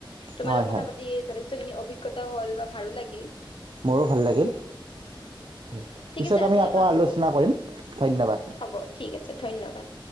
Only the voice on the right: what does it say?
হয়
হয়
মোৰো ভাল লাগিল হয়
পিছত
আমি
আকৌ
আলোচনা কৰিম। ধন্যবাদ